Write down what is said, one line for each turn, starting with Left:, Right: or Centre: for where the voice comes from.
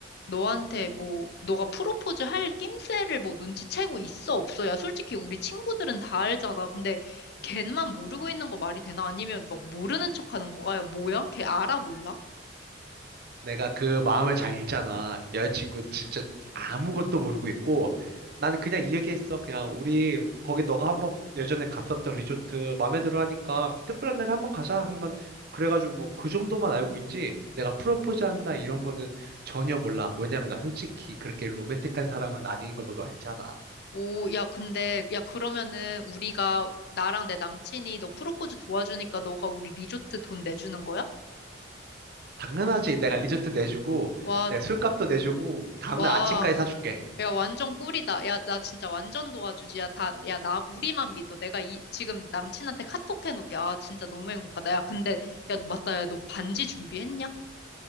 Left: 너한테 뭐, 너가 프로포즈 할 낌새를 뭐 눈치채고 있어, 없어야 솔직히 우리 친구들은 다 알잖아. 근데 걔만 모르고 있는 거 말이 되나? 아니면 막 모르는 척 하는 거야? 야, 뭐야? 걔 알아, 몰라?
Right: 내가 그 마음을 잘 읽잖아. 여자친구도 진짜 아무것도 모르고 있고, 나는 그냥 이 얘기했어. 그냥 우리 거기 너가 한번 예전에 갔었던 리조트 마음에 들어 하니까 특별한 날에 한번 가자. 한번 그래가지고 뭐 그 정도만 알고 있지. 내가 프로포즈 한다 이런 거는 전혀 몰라. 왜냐면 나 솔직히 그렇게 로맨틱한 사람은 아닌 거 너도 알잖아.
Left: 오, 야, 근데, 야, 그러면은 우리가, 나랑 내 남친이 너 프로포즈 도와주니까 너가 우리 리조트 돈 내주는 거야?
Right: 당연하지. 내가 리조트 내주고,
Left: 와,
Right: 내 술값도 내주고, 다음날
Left: 와,
Right: 아침까지 사줄게.
Left: 야, 완전 꿀이다. 야, 나 진짜 완전 도와주지. 야, 다, 야, 나, 우리만 믿어. 내가 이, 지금 남친한테 카톡 해놓을게. 아, 진짜 너무 행복하다. 야, 근데, 야, 맞다. 야, 너 반지 준비했냐?